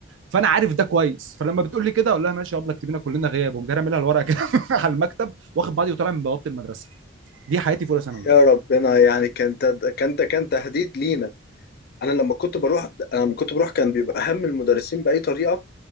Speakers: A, on the right (about 75°); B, on the left (about 55°).
A: فانا عارف ده كويس فلما بتقول لي كده اقول لها ماشي يا ابله اكتبينا كلنا غياب ومجرى اعملها الورقه كده <laughs> على المكتب واخد بعضي وطالع من بوابه المدرسه دي حياتي في اولى ثانوي
B: يا ربنا يعني كان تد... كان ت- كان تهديد لينا انا لما كنت بروح انا لما كنت بروح كان بيبقى هم المدرسين باي طريقه